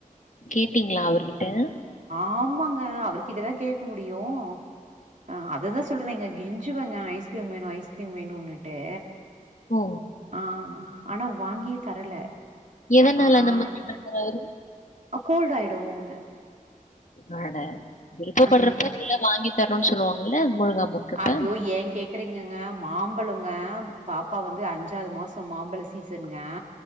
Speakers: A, on the left; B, on the right.
A: கேட்டீங்ளா அவர்கிட்ட
B: ஆமாங்க அவர்கிட்ட தா கேட்க முடியும் அ அததான் சொல்றேன்ங்க கெஞ் சு வேங்க ஐஸ்கிரீம் வேணும் ஐஸ்கிரீம் வேணும்ன்ட்டு
A: ஓ
B: ஆ ஆனா வாங்கியே தரல
A: எதனால
B: ஆ
A: அந்த மாரி கத்துறாரு
B: கோல்டு ஆயிடுண்ணு
A: அ ட விருப்பப்படுறப்ப
B: ஆ
A: எல்லா வாங்கி தரணும்ன்னு சொல்லுவாங்கல்ல முழுகாம இருக்கப்ப.
B: அயோ ஏன் கேக் கேக்குறகங்க மாம்பழங்க பாப்பா வந்து அஞ்சாவது மாசோம் மாம்பழ சீசனுங்க